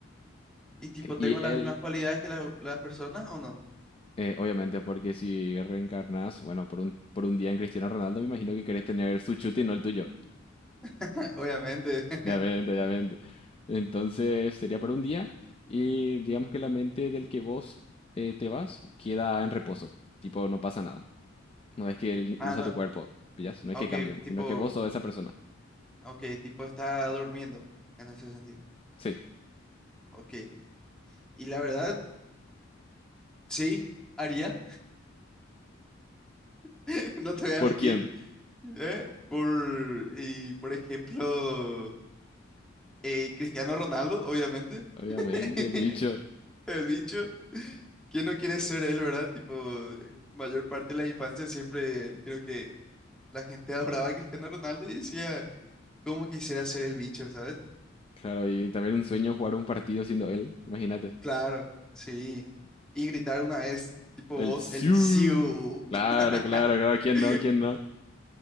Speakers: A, in the centre; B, on the left.
A: y tipo,
B: Ok.
A: ¿tengo
B: Y
A: las
B: él,
A: mismas cualidades que las, las personas o no?
B: eh, obviamente, porque si reencarnás, bueno, por un, por un día en Cristiano Ronaldo, me imagino que querés tener su chute y no el tuyo.
A: <laughs> Obviamente. <laughs>
B: Obviamente, obviamente. Entonces sería por un día y digamos que la mente del que vos eh, te vas queda en reposo. Tipo, no pasa nada. No es que él
A: Ah,
B: usa
A: no.
B: tu cuerpo, ¿pillas? No es
A: Ok,
B: que cambian,
A: tipo,
B: sino que vos sos esa persona.
A: ok, tipo está durmiendo en ese sentido.
B: Sí.
A: Ok. Y la verdad, sí, haría. <laughs> No te voy a
B: ¿Por
A: mentir.
B: quién?
A: ¿eh? Por, y por ejemplo. Eh, Cristiano Ronaldo, obviamente.
B: Obviamente,
A: <laughs>
B: el bicho.
A: El bicho. ¿Quién no quiere ser él, verdad? Tipo, mayor parte de la infancia siempre creo que la gente <laughs> adoraba a Cristiano Ronaldo y decía, ¿cómo quisiera ser el bicho, sabes?
B: Claro, y también un sueño jugar un partido siendo él, imagínate.
A: Claro, sí. Y gritar una vez, tipo
B: El
A: vos,
B: Siu.
A: el Siu.
B: Claro, claro, claro,
A: <laughs>
B: ¿quién no? ¿Quién no?